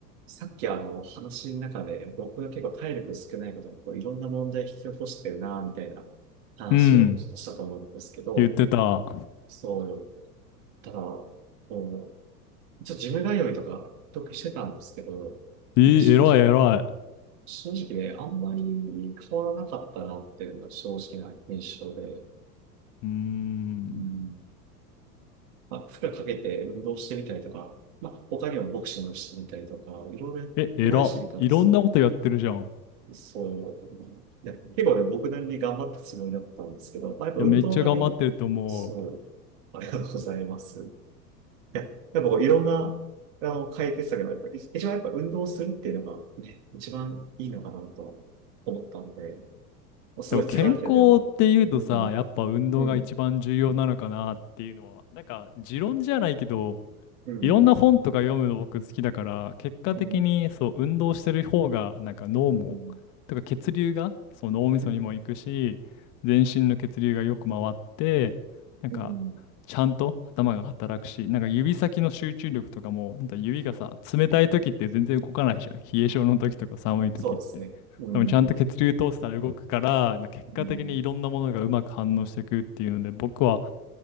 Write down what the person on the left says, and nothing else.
うん、言ってた。
えー、
偉い偉い。
うーん。
え、偉。いろんなことやってるじゃん。い
や、めっちゃ頑張ってると思う。
でも健康っていうとさ、
やっぱ運動が一番重要なのかなっていうのは、
なんか持論じゃないけど、
いろんな本とか読むの僕好きだから、結果的にそう、
運動してる方が、なんか脳も、
とか血流が、そう、脳みそにも行くし、
全身の血流がよく回って、なんか、
ちゃんと頭が働くし、なんか指先の集中力とかも、ほんと指がさ、冷たい時って全然動かないじゃん。冷え性の時とか寒い時って。
でもちゃんと血流通したら動くから、な結果的にいろんなものがうまく反応していくっていうので、
僕は